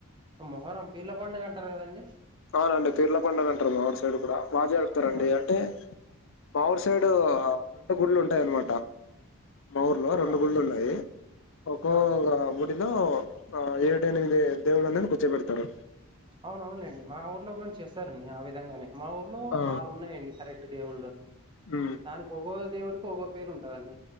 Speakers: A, on the right; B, on the left.
A: మొహర్రం పీర్ల పండుగ అంటారు కదండి
B: అవునండి పీర్ల పండుగ అంటారు మా ఊరు సైడ్ కూడా బాగా జరుపుతారండి
A: అవును
B: అంటే మా ఊరు సైడ్ రెండు గుళ్ళు ఉంటాయి అన్నమాట మా ఊర్లో రెండు
A: ఆ
B: గుళ్ళు ఉన్నాయి ఒకొక
A: ఆ
B: లో ఆ ఏడేనిమీది దేవుళన్ కుర్చోబెడుతారు
A: అవునవును లెండి మా ఊర్లో కుని చేస్తారండి ఆ విధంగానే మా ఊర్లో
B: ఆ
A: ఆరు ఉన్నాయండి కరెక్ దేవుళ్ళు
B: ఉమ్
A: దానికి ఒగో దేవుడికి ఒగో పేరు ఉంటదండి